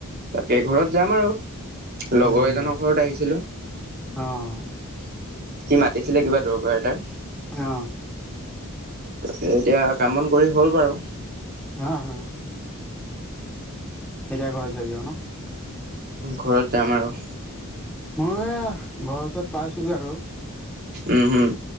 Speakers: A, on the right; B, in the centre.
A: তাকে ঘৰত যাম আৰু। লগৰ
B: উম
A: এজনৰ ঘৰত আহিছিলো।
B: অ'
A: সি মাতিছিলে কিবা দৰকাৰ এটাৰ।
B: অ'।
A: তাকে এতিয়া কাম বন কৰি হ'ল বাৰু।
B: হা হা। এতিয়া ঘৰত যাবি আৰু ন।
A: ঘৰত যাম আৰু।
B: মই এয়া ঘৰৰ ওচৰত পাইছোগে আৰু।
A: উম হম